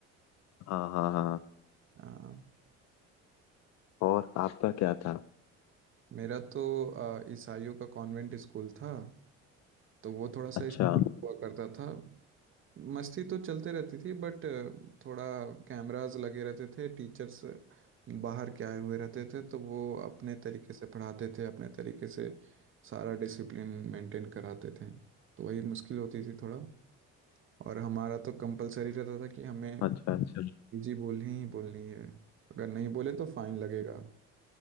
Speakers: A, on the left; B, on the right.
A: हाँ हाँ हाँ
B: हाँ
A: और आपका क्या था
B: मेरा तो अ, ईसाइयों का कॉन्वेंट स्कूल था तो वो थोड़ा सा
A: अच्छा
B: इसलिए हुआ करता था मस्ती तो चलते रहती थी बट थोड़ा कैमरास लगे रहते थे टीचर्स बाहर के आए हुए रहते थे तो वो अपने तरीके से पढ़ाते थे अपने तरीके से सारा डिसिप्लिन मेंटेन कराते थे तो वही मुश्किल होती थी थोड़ा और हमारा तो कंपलसरी रहता था कि हमें
A: अच्छा अच्छा
B: हिंदी बोलनी ही बोलनी है अगर नहीं बोले तो फाइन लगेगा